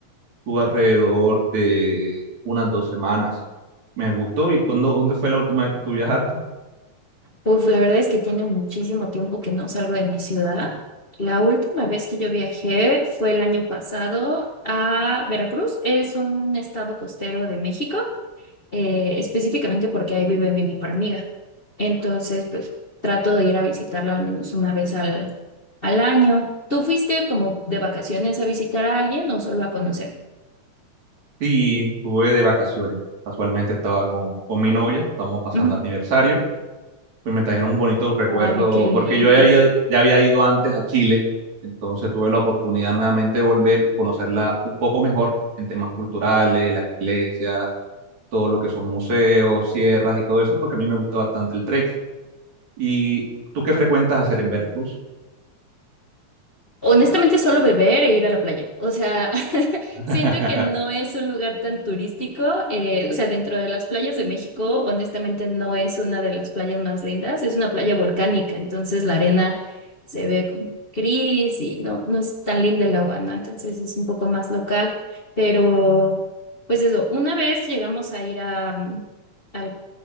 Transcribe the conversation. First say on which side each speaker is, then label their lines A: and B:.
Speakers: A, on the right (about 70°); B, on the left (about 25°).
A: Estuve alrededor de unas dos semanas. Me gustó. ¿Y cuándo, dónde fue la última vez que tú viajaste?
B: Uf, la verdad es que tiene muchísimo tiempo que no salgo de mi ciudad. La última vez que yo viajé fue el año pasado a Veracruz. Es un estado costero de México, eh, específicamente porque ahí vive mi mejor amiga. Entonces, pues trato de ir a visitarla al menos una vez al, al año. ¿Tú fuiste como de vacaciones a visitar a alguien o solo a conocer?
A: Sí, estuve de vacaciones. Casualmente estaba con, con mi novia, estamos pasando
B: Ujú.
A: aniversario. pues me trajeron un bonito recuerdo,
B: Ay, qué
A: porque
B: lindo.
A: yo había- ya había ido antes a Chile, entonces tuve la oportunidad nuevamente de volver y conocerla un poco mejor en temas culturales, las iglesias, todo lo que son museos, sierras y todo eso, porque a mí me gusta bastante el trekking. ¿Y tú qué frecuentas hacer en Veracruz?
B: Honestamente, solo beber e ir a la playa. O sea, <laughs>
A: <laughs>
B: siento que no es un lugar tan turístico. eh, o sea, dentro de las playas de México, honestamente, no es una de las playas más lindas. Es una playa volcánica, entonces la arena se ve como gris y no, no es tan linda el agua, ¿no? Entonces es un poco más local. Pero, pues eso, una vez llegamos a ir a, mm, al